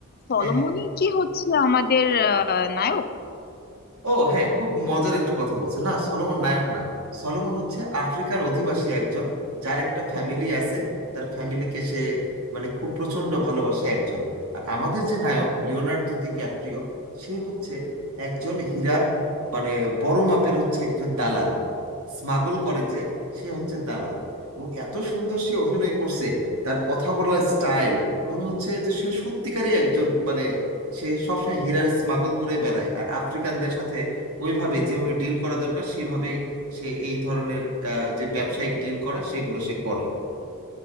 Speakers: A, on the left (about 45°); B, on the right (about 80°).
A: সলোমনই
B: হ্যাঁ হ্যাঁ
A: কি হচ্ছে আমাদের আহ, নায়ক
B: ও হ্যাঁ খুব মজার একটা কথা বলছে না সলোমন নায়ক না সলোমন হচ্ছে আফ্রিকার অধিবাসী একজন যার একটা ফ্যামিলি আছে তার ফ্যামিলিকে সে মানে খুব প্রচন্ড ভালোবাসে একজন আর আমাদের যে নায়ক লিওনার্দো ডিক্যাপ্রিও সে হচ্ছে একজন হীরার মানে বড় মাপের হচ্ছে একজন দালাল স্মাগল করে যে সে হচ্ছে দালাল এবং এত সুন্দর সে অভিনয় করছে তার কথা বলার স্টাইল মনে হচ্ছে যে সে সত্যিকারই একজন মানে সে সবসময় হীরার স্মাগল করে বেড়ায় আর আফ্রিকানদের সাথে ওইভাবে যেভাবে ডিল করা দরকার সেভাবেই সে এই ধরনের আহ, যে ব্যবসায়িক ডিল করা সেগুলো সে করে